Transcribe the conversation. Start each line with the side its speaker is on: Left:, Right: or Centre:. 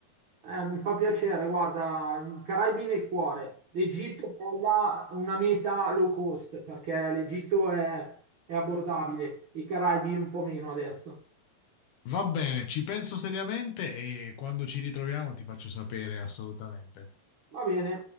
Right: Eh, mi fa piacere, guarda, i Caraibi nel cuore. L'Egitto poi là, una meta low cost, perché l'Egitto è è abbordabile, i Caraibi un po' meno adesso.
Left: Va bene, ci penso seriamente e quando ci ritroviamo ti faccio sapere assolutamente.
Right: Va bene.